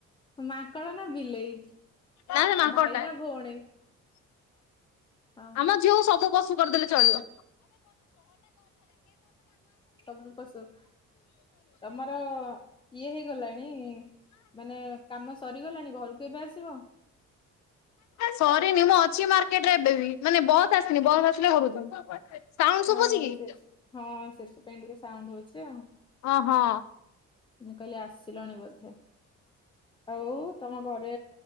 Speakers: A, on the left; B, on the left.
A: ମାଙ୍କଡ଼ ନା ବିଲେଇ?
B: ନା ନା ମାଙ୍କଡ଼ଟା
A: ଭାଇ ନା ଭଉଣୀ ହଁ
B: ଆମ ଝିଅକୁ ସବୁ ପଶୁ କରିଦେଲେ ଚଳିବ।
A: <unintelligible> ତମର ଇଏ ହେଇଗଲାଣି ମାନେ କାମ ସରିଗଲାଣି ଘରକୁ ଏବେ ଆସିବ।
B: ସରିନି ମୁଁ ଅଛି ମାର୍କେଟରେ ଏବେ ବି ମାନେ ବସ୍ ଆସିନି ବସ୍ ଆସିଲେ <unintelligible> ସାଉଣ୍ଡ ଶୁଭୁଛି
A: ଓହୋ
B: କି?
A: ସେ ହଁ ସେଥି ପାଇଁ ଟିକେ ସାଉଣ୍ଡ ହଉଛି ଆଉ।
B: ହଁ ହଁ
A: ମୁଁ କହିଲି ଆସିଲଣି ବୋଧେ। ଆଉ ତମ ଘରେ